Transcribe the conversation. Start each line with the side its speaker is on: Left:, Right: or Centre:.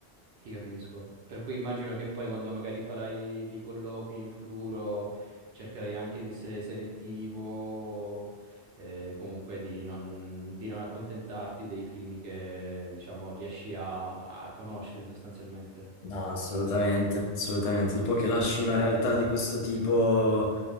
Right: ti capisco. Per cui immagino che poi quando magari farai dei colloqui in futuro cercherai anche di essere selettivo, eh, comunque di non, di non accontentarti dei primi che, diciamo, riesci a, a conoscere sostanzialmente.
Left: No, assolutamente, assolutamente. Dopo che lasci una realtà di questo tipo,